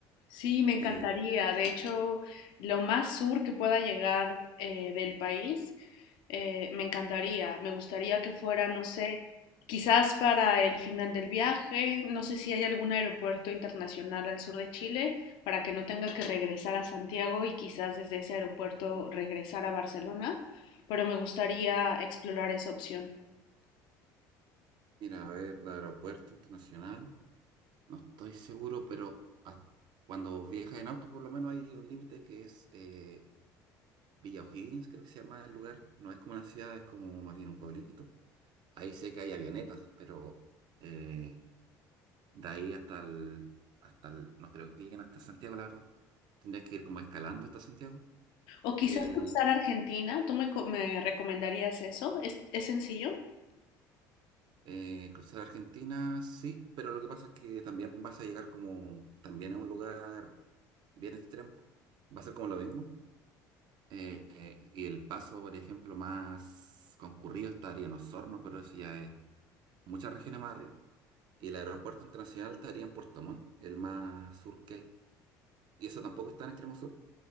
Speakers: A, on the left; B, on the right.
A: Sí, me encantaría.
B: Eh,
A: De hecho, lo más sur que pueda llegar eh, del país, eh, me encantaría. Me gustaría que fuera, no sé, quizás para el final del viaje. No sé si hay algún aeropuerto internacional al sur de Chile para que no tenga que regresar a Santiago y quizás desde ese aeropuerto regresar a Barcelona. Pero me gustaría explorar esa opción.
B: mira, a ver, el aeropuerto internacional, no estoy seguro, pero hasta- cuando viajas en auto por lo menos hay un límite que es... eh, Villa O'Higgins, creo que se llama el lugar. No es como una ciudad, es como más bien un pueblito. Ahí sé que hay avionetas, pero eh, de ahí hasta el, hasta el- No creo que lleguen hasta Santiago, la verdad. Tendrías que ir como escalando hasta Santiago.
A: O quizás
B: El
A: cruzar a Argentina. ¿Tú me, co- me recomendarías eso? ¿Es, es sencillo?
B: eh, cruzar Argentina, sí, pero lo que pasa es que también vas a llegar como también a un lugar bien extremo. Va a ser como lo mismo. Eh, eh, y el paso, por ejemplo, más concurrido estaría en Osorno, pero eso ya es muchas regiones más arriba. Y el aeropuerto internacional estaría en Puerto Montt, el más sur que hay. Y eso tampoco está en extremo sur.